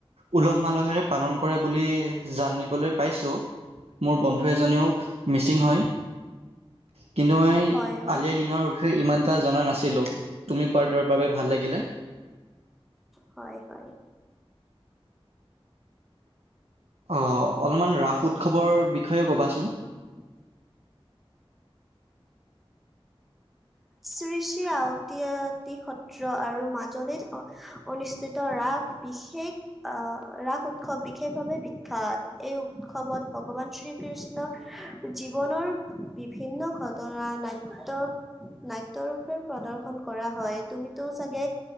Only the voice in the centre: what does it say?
হয় হয়
হয় হয়
উম শ্ৰী শ্ৰী আওঁতী আটি। আৰু মাজুলীত অনুষ্ঠিত ৰাস বিশেষ আহ ৰাস উৎসৱ বিশেষভাৱে বিখ্যাত এই উৎসৱত ভগৱান শ্ৰীকৃষ্ণৰ জীৱনৰ বিভিন্ন ঘটনা নাট্য নাট্য ৰূপে প্ৰদৰ্শন কৰা হয় তুমিতো চাগে